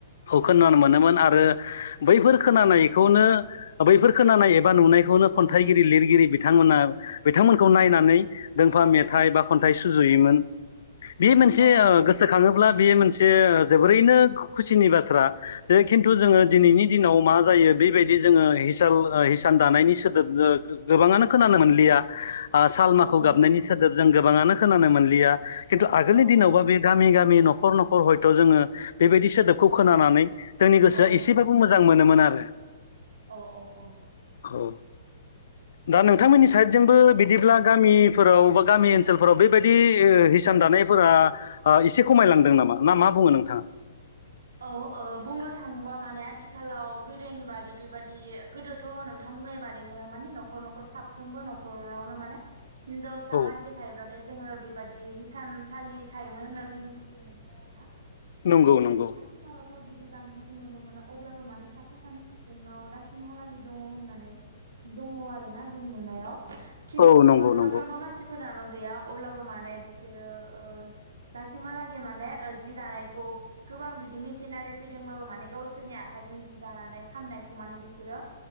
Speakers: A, on the left (about 65°); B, on the right (about 85°).
A: खोनानो
B: औ औ
A: मोनोमोन आरो बैफोर खोनानायखौनो बैफोर खोनानाय एबा नुनायखौनो खन्थाइगिरि लिरगिरि बिथांमोना बिथांमोनखौ नायनानै दोंफा बा मेथाइ बा खन्थाइ सुजुयोमोन बे मोनसे
B: औ औ
A: गोसोखाङोब्ला बेयो मोनसे जोबोरैनो खुसिनि बाथ्रा जे खिन्थु जोङो
B: औ
A: दिनैनि दिनाव मा जायो बेबायदि जोङो हिसाल हिसान दानायनि सोदोब गोबाङानो खोनानो मोनलिया साल माखु
B: औ नंगौ
A: गाबनायनि सोदोब जों गोबाङानो खोनानो मोनलिया खिन्थु आगोलनि
B: औ
A: दिनावबा
B: औ
A: बे गामि गामि गामि न'खर न'खर हयथ' जोङो बेबायदि सोदोबखौ
B: औ
A: खोनानानै जोंनि गोसोआ
B: औ नंगौ
A: एसेबाबो मोजां मोनोमोन आरो
B: अ अ अ
A: औ दा नोंथांमोननि साइडजोंबो बिदिब्ला गामि फोराव गामि ओनसोलफोराव बेबायदि हिसान दानायफोरा एसे ओ खमायलांदों नामा ना मा मा बुङो नोंथाङा
B: <unintelligible> औ ओ बुंनो थाङोबा माने आथिखालाव गोदोनि बादि बेबायदि गोदोथ' नोंथां बुंनाय बादिनो माने न'खर न'खर साफ्रोमबो न'खरावनो माने हिनजावसा
A: औ
B: मानसि थायोब्ला जोङो बेबादि हिसानसालि थायोमोन होनना जों मिथिनो मोनो आरोना
A: नंगौ
B: अ
A: नंगौ
B: आथिखालावथ' बिदि बांसिनखौ नुनो मोना अब्लाबो माने साफा सानै सुबुंनाव दासिमहालागै दङ होननानै दङ आरो ना जों नुनायाव खिन्थु
A: औ नंगौ
B: साफ्रोमबो
A: नंगौ
B: मानसिफोरानो गैया अब्लाबो माने बिसोरो ओ दासिमहालागै माने जि दानायखौ गोबां बिदि मेसिनारि फैदोंबाबो माने गावसोरनि आखाइजों जि दानानै फाननायखौ माने बिसोरो